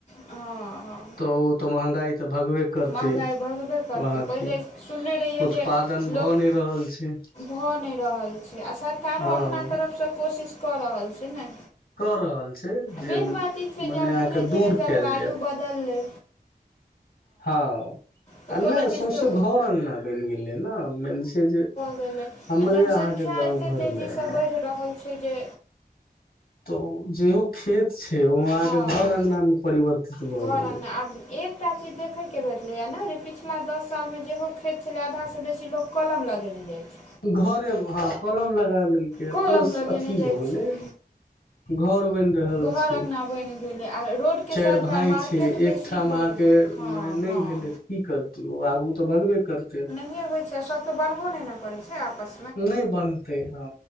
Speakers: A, on the left; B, on the left.
A: हँ
B: तऽ ओ तऽ महगाई तऽ भगबे करतै
A: महगाइ भगबे करतै
B: वहाँके
A: पहिले सुनने रहियै
B: उत्पादन
A: जे
B: भऽ
A: लोक
B: नहि रहल छै
A: भऽ नहि रहल छै आ सरकारो
B: हँ
A: अपना तरफसँ कोशिश कऽ रहल छै ने
B: कऽ रहल छै जे
A: मेन बात ई छै
B: मने
A: जे आब
B: अहाँके
A: धीरे धीरे
B: दूर
A: जलवायु
B: कयल जाय
A: बदललै
B: हँ
A: तऽ
B: आ
A: कोनो
B: नहि
A: चीजके
B: सौंसे घर अंगगना बनि गेलै ने मन छै जे
A: भेलै आ
B: हमरे
A: जनसंख्या
B: अहाँके गाँव
A: एते
B: घर
A: तेजी
B: मे अहाँ
A: सँ बढ़ि रहल छै जे
B: तऽ जेहो खेत छै ओ अहाँ
A: हँ
B: के घर अंगना मे परिवर्तित भए
A: घर
B: गेलै
A: अङ्गना आब एक एकटा चीज देखयके भेटलैया ने जे पिछला दस सालमे जेहो खेइत छलै आधासँ बेसी लोको कलम लगेने जाइत छै
B: घरे हँ कलम लगा लेलकै या
A: कलम
B: प्लस
A: लगेने
B: अथी
A: जाइ
B: भऽ गेलै
A: छै
B: घर बनि रहल
A: घर
B: छी
A: अङ्गना बनि गेलै आ रोडके
B: चारि
A: साइडमे
B: भाय
A: आब मार्केट
B: छै
A: बेसी
B: एकठाम
A: भऽ
B: अहाँके
A: गेलै हँ
B: फ नहि
A: हँ
B: भेलै तऽ की करतै ओ आगू तऽ भगबे करतै
A: ब हो छै सबके बनबो नहि ने करै छै आपस
B: नहि बनतै हँ